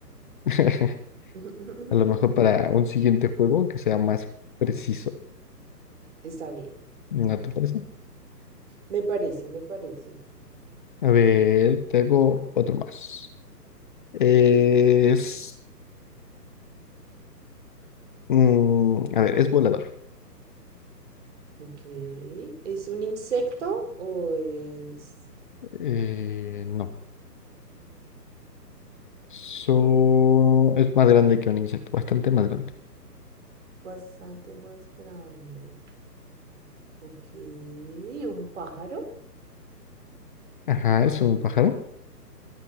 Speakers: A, on the left (about 30°); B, on the right (about 45°).
A: <laughs>
B: <laughs>
A: A lo mejor para un siguiente juego que sea más preciso.
B: Está bien.
A: ¿No te parece?
B: Me parece, me parece.
A: A ver, te hago otro más. Es. mm, a ver, es volador.
B: Ok. ¿Es un insecto o es
A: Eh, no. So- es más grande que un insecto, bastante más grande.
B: bastante más grande? Ok. ¿Un pájaro?
A: Ajá, es un pájaro.